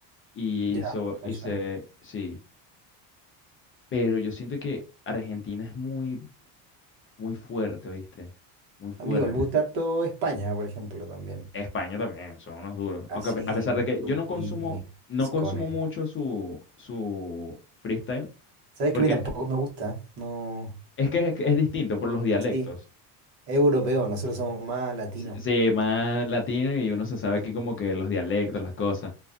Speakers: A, on the left; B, on the right.
A: Y
B: Ya,
A: se,
B: eso.
A: y se, sí, pero yo siento que Argentina es muy, muy fuerte, ¿viste? Muy fuerte.
B: Amigo, me gusta harto España, por ejemplo, también.
A: España también, son unos duros.
B: Brasil,
A: Aunque a pe- a pesar de que
B: Chile,
A: yo no consumo,
B: y
A: no
B: Scone.
A: consumo mucho su, su freestyle,
B: ¿Sabes
A: porque
B: que a mí tampoco me gusta? No.
A: es que es, que es distinto por los dialectos.
B: Sí, es europeo, nosotros somos más latinos.
A: S- Sí, más latino y uno se sabe
B: Sí,
A: aquí como que los dialectos, las cosas.